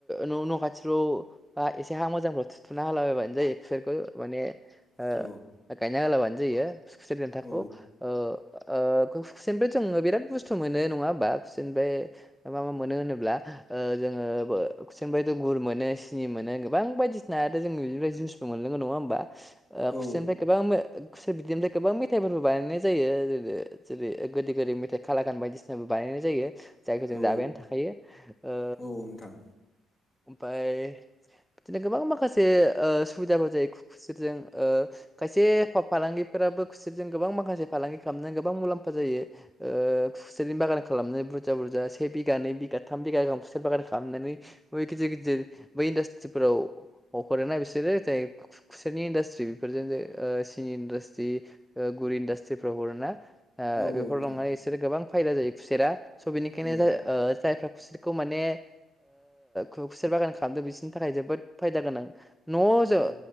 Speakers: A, in the centre; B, on the left.
A: न न' खाथिफ्राव एसे हा मोजांफ्राव थुथुना होलाबायबानो जायो खुसेरखौ माने ओ
B: औ
A: गायना होलाबानो जायो खुसेर देन्थाखौ
B: औ
A: ओ खुसेरनिफ्राय जोङो बिराद बुस्थु मोनो नङा होमबा खुसेरनिफ्राय मा मा मोनो होनोब्ला ओ जोङो खुसेरनिफफ्राय गुर मोनो सिनि मोनो गोबां बायदिसिना आरो जों बिफ्राय जुइस मोनलोङो नंआ होनबा ओ
B: औ
A: खुसेरनिफ्राय गोबां मो खुसेर बिदैनिफ्राय गोबां मेथाइफोरबो बानायनाय जायो जेरै ओ गोदै गोदै मेथाइ खालागान बायदिसिनाबो बानायनाय जायो जायखौ जों
B: औ
A: जाबायानो थाखायो ओ
B: औ नोंथां
A: ओमफाय बिदिनो गोबां माखासे ओ सुबिदाफोर जायो जों ओ खायसे फा-फालांगिफोराबो खुसेरजों गोबां माखासे फालांगि खालामनानै गोबां मुलाम्फा जायो ओ खुसेरनि बागान खालामनो बुरजा बुरजा से बिघा नै बिघा थाम बिगा गाहाम खुसेर बागान खालामनो बे गिदिर गिदिर बै इन्डासट्रिफोराव हरोना बिसोरो जाय खुसेरनि इन्डासट्रि बेफोरजों सिनि इन्डास्ट्रि गुर इन्डासट्रिफ्राव हरोना
B: औ
A: बेफोर
B: औ नोंथां
A: लांनानै बिसोरो गोबां फायदा जायो खुसेरा स' बेनिखायनो
B: औ
A: जायफ्रा खुसेर खौ माने खुसेर बागान खालामदों बिसोरनि थाखाय जोबोद फायदा गोनां नज
B: औ